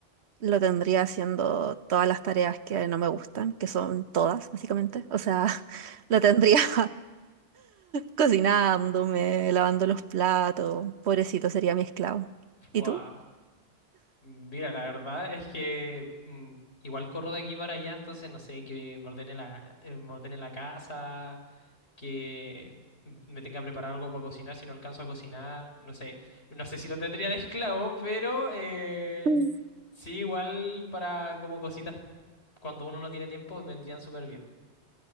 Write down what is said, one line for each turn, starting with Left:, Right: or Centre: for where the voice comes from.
Right: lo tendría haciendo todas las tareas que no me gustan, que son todas, básicamente. O sea, <laughs> lo tendría <laughs> cocinándome, lavando los platos, pobrecito, sería mi esclavo.
Left: Buah.
Right: ¿Y tú?
Left: Mira, la verdad es que mm, igual corro de aquí para allá, entonces no sé, que me ordene la, eh, me ordene la casa, que me tenga que preparar algo para cocinar si no alcanzo a cocinar. No sé, no sé si lo tendría de esclavo, pero eh,
Right: Mm.
Left: sí, igual para como cositas cuando uno no tiene tiempo vendrían súper bien.